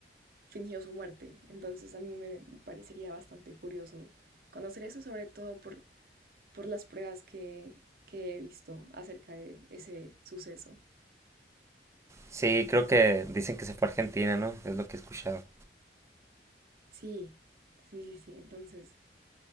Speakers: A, on the right; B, on the right.
A: fingió su muerte. Entonces a mí me parecería bastante curioso conocer eso, sobre todo por, por las pruebas que, que he visto acerca de ese suceso.
B: Sí, creo que dicen que se fue a Argentina, ¿no? Es lo que he escuchado.
A: Sí, sí, sí, sí. Entonces,